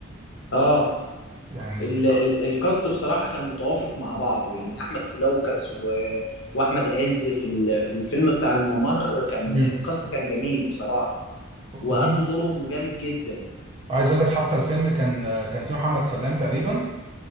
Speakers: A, on the left; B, on the right.
A: اه
B: يعني
A: ال- ال- الكاست بصراحة كان متوافق مع بعضه يعني أحمد فلوكس و... وأحمد عز في ال... في الفيلم بتاع الممر كان
B: مم.
A: الكاست كان جميل بصراحة وأدوا
B: هم
A: دورهم جامد جدا
B: عايز اقول لك حتى الفيلم كان كان فيه محمد سلام تقريبا